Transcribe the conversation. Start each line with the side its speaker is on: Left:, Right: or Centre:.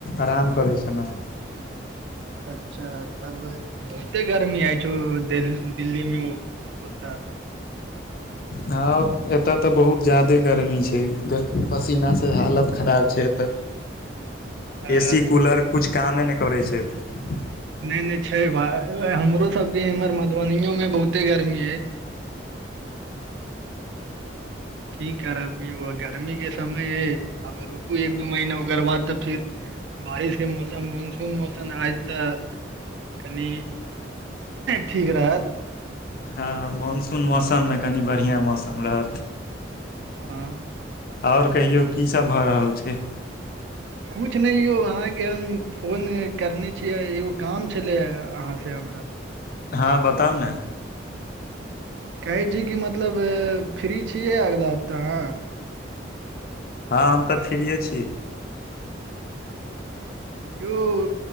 Left: आराम करै छलौहे
Right: अच्छा तब बहुते गर्मी आय छौ दिल्ली मे आय कुत्ता
Left: हँ एतय तऽ बहुत ज्यादे गर्मी छै पसीनासँ हालत खराब छै एतय
Right: अ
Left: एसी कूलर कुछ कामे नहि करै छै अतऽ
Right: नहि नहि छै भा हमरो सबके इम्हर मधुबनो मे बहुते गर्मी हैय ठीक करब यौ गर्मी के समय यैं अब रुकू एक दू महिना ओकर बाद तऽ फिर बारिश के मौसम मनसून मौसम आज तऽ कनि ठीक रहत
Left: हँ मानसून मौसममे कनि बढ़िआँ मौसम रहत
Right: ह <inaudible>
Left: आओर कहियौ की सब भऽ रहल छै
Right: कुछ नहि यौ अहाँके हम फोन करने छियै एगो काम छलै अहाँ से <inaudible>
Left: हँ बताउ न
Right: कहै छी की मतलब फ्री छीयै अगला हप्ता आहां
Left: हँ हम तऽ फ्रीए छी
Right: यो